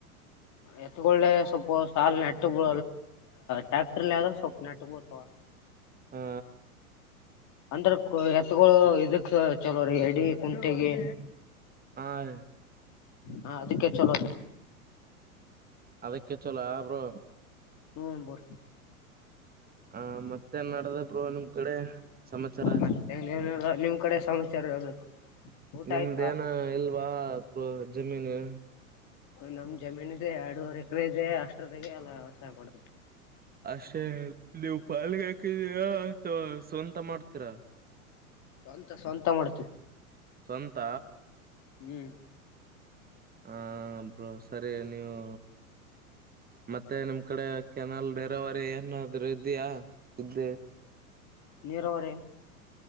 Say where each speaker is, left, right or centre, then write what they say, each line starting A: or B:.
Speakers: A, on the left; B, on the right.
A: ಎತ್ಕೊಳ್ಳ ಸಲ್ಪ ಸಾಲ ನೆಟ್ಟಗ್ ಟ್ಯಾಕ್ಟರ್ ಆದ್ರ ಸೊಪ್ ನಟ್ <unintelligible>
B: ಹಾ
A: ಅಂದ್ರ ಎತ್ಗಳು ಇದಕ್ ಚಲೋ ರೀ ಎಡಿ ಕುಂಟೆಗೆ.
B: ಹಾ
A: ಹ ಅದಿಕ್ಕೆೆ ಚಲೋ.
B: ಅದಕ್ಕೆ ಚಲೋ ಅ <unintelligible>
A: ಹ್ಮ್ ಮತ್
B: ಹ ಮತ್ತೆ ನಡದ ಬೋ ನಿಮ್ ಕಡೆ ಸಮಾಚಾರ.
A: ಮತ್ತೇನಿಲ್ಲ ನಿಮ್ ಕಡೆ ಸಮಾಚಾರ ಹೇಳ್ಬೇಕು ಊಟ
B: ನಿಮ್ದೇನ
A: ಆಯ್ತಾ
B: ಇಲ್ವಾ ಜಮೀನು.
A: ನಮ್ ಜಮೀನ ಇದೆ ಎರಡೂವರ್ ಎಕ್ರೆ ಇದೆ ಅಷ್ಟರಗೆ ಎಲ್ಲ ವ್ಯವಸಾಯ ಮಾಡ
B: ಅಷ್ಟೆ ನೀವು ಪಾಲ್ಗೆ ಹಾಕಿದಿರ ಅಥವಾ ಸ್ವಂತ ಮಾಡ್ತೀರಾ. <inaudible>
A: ಸ್ವಂತ ಸ್ವಂತ ಮಾಡ್ತೀವಿ.
B: ಸ್ವಂತ
A: ಹ್ಮ್
B: ಹ ಬ್ರೊ ಸರಿ ನೀವು. ಮತ್ತೆ ನಿಮ್ ಕಡೆ ಕೆನಲ್ ನೆರಾವರಿ ಏನಾದ್ರೂ ಇದ್ಯಾ ಇದ್
A: ನೀರವರಿ